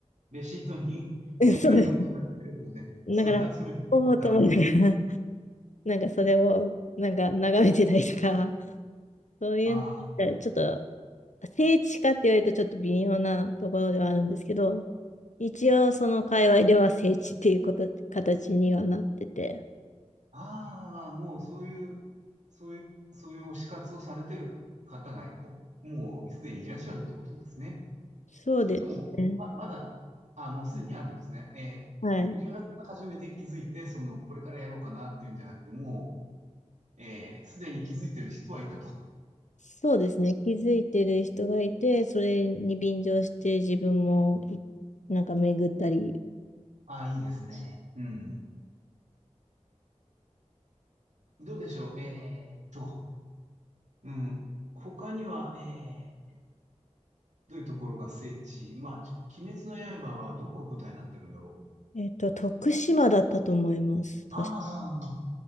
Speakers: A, on the right; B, on the left.
A: レシートに店名が打ち出されるので、
B: <laughs> そうです。だから、
A: それ集める。
B: おおと思いながら、
A: なるほど。
B: <laughs> なんかそれをなんか眺めてたりとか、そういう、
A: あ
B: ちょっと聖地かって言われるとちょっと微妙なところではあるんですけど、一応その界隈では聖地っていうこと、形にはなってて。
A: あ、ああ、もうそういう、そういう、そういう推し活をされてる方が、こもうすでにいらっしゃるってことですね。
B: そうですね。
A: それとも、ま、まだ、ああ、もうすでにあるんですね。ええ、
B: はい。
A: 藤原さんが初めて気づいて、その、これからやろうかなっていうんじゃなくて、もう、ええ、すでに気づいてる人はいたと。
B: そうですね。気づいてる人がいて、それに便乗して自分もいなんか巡ったり。
A: ああ、いいですね。うん。どうでしょう。えーっと、うん。他には、えー、どういうところが聖地まあ、ちょ鬼滅の刃はどこが舞台になってるんだろ
B: えっと、徳島だったと思います。確か
A: ああ、